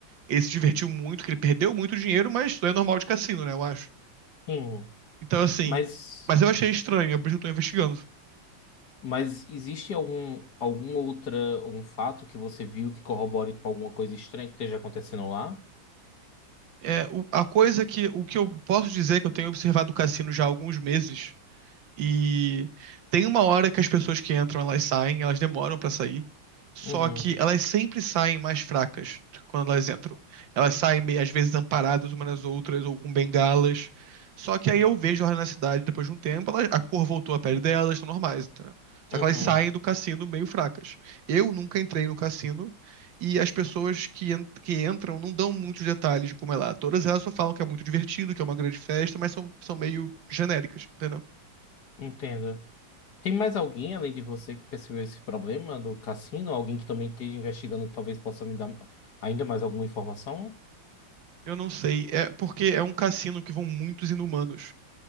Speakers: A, on the right; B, on the left.
A: ele se divertiu muito, que ele perdeu muito dinheiro, mas isso é normal de cassino, né, eu acho.
B: Sim.
A: Então, assim.
B: Mas,
A: Mas eu achei estranho, é por isso que eu tô investigando.
B: mas existe algum, algum outra, algum fato que você viu que corrobore com alguma coisa estranha que esteja acontecendo lá?
A: É, o- a coisa que. O que eu posso dizer que eu tenho observado o cassino já há alguns meses E tem uma hora que as pessoas que entram, elas saem, elas demoram pra sair. Só
B: Uhum,
A: que elas sempre saem mais fracas quando elas entram. Elas saem, meio- às vezes, amparadas umas nas outras, ou com bengalas. Só que aí eu vejo elas na cidade depois de um tempo, elas- a cor voltou à pele delas, estão normais, entendeu? Só
B: uhum,
A: que elas saem do cassino meio fracas. Eu nunca entrei no cassino e as pessoas que, en- que entram não dão muitos detalhes de como é lá. Todas elas só falam que é muito divertido, que é uma grande festa, mas são, são meio genéricas, entendeu?
B: entendo. Tem mais alguém além de você que percebeu esse problema do cassino? Alguém que também esteja investigando que talvez possa me dar ainda mais alguma informação?
A: Eu não sei. É porque é um cassino que vão muitos inumanos.